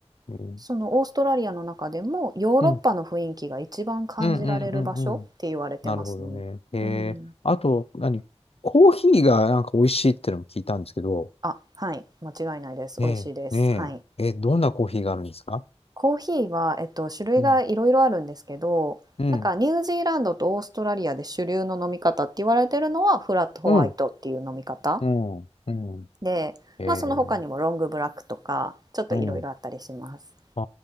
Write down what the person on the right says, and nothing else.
そのオーストラリアの中でもヨーロッパの雰囲気が一番感じられる場所って言われてますね。
うん。
あ、はい、間違いないです。
美味しいです。
はい。
コーヒーは、えっと、種類がいろいろあるんですけど、
なんかニュージーランドとオーストラリアで主流の飲み方って言われてるのはフラットホワイトっていう飲み方
で、
まあその他にもロングブラックとかちょっといろいろあったりします。